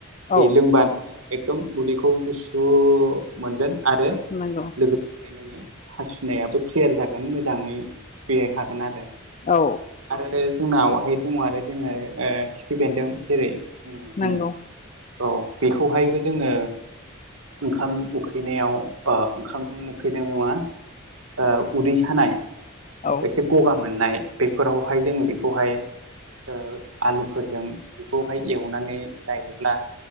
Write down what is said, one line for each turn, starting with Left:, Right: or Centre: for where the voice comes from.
Left: औ
Right: जे लोंबानो एकदम गुदैखौ गुसु मोनगोन आरो
Left: नांगौ।
Right: लोगोसेनो नोङो हासुनायाबो क्लियार जागोन मोजाङै बेराय हागोन आरो
Left: औ।
Right: आरो जोंनावहाय दङ आरो जोंना खिफि बेन्दों जेरै जोङो होनो
Left: नंगौ।
Right: औ बेखौहायबो जोङो ओंखाम उखैनायाव ओ ओंखाम फैदों नङा उदै सानाय
Left: औ
Right: एसे गगा मोननाय बेफोरावहाय जोङो बेखौहाय ओ आलुफोरजों बेखौहाय एवनानै जायोब्ला